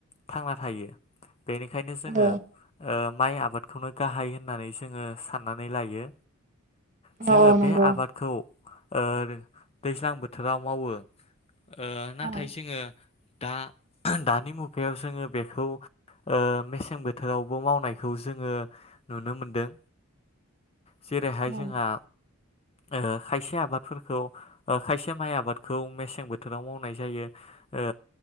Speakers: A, on the left; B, on the right.
A: थांना थायो। बेनिखायनो जोङो
B: औ औ
A: ओ माइ आबादखौनो गाहाय होननानै जोङो साननानै लायो। जोङो
B: औ नंगौ
A: बे आबादखौ। ओ आरो दैज्लां बो थोराव मावो। ओ नाथाय
B: औ
A: जोङो। दा दानि मुगायाव जोङो बेखौ ओ मेसें बोथोरावबो मावनायखौ जोङो नुनो मोनदों। जेरैहाय
B: औ
A: जोंहा। ओ खायसे आबादफोरखौ खायसे जों माइ आबादखौ मेसें बोथोराव मावनाय जायो ओ